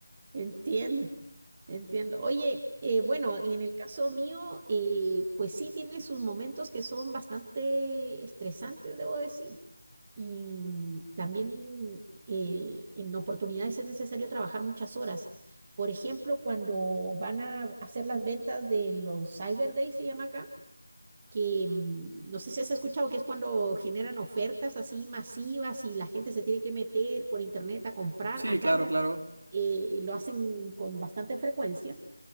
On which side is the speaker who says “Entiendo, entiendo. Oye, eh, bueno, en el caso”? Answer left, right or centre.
Right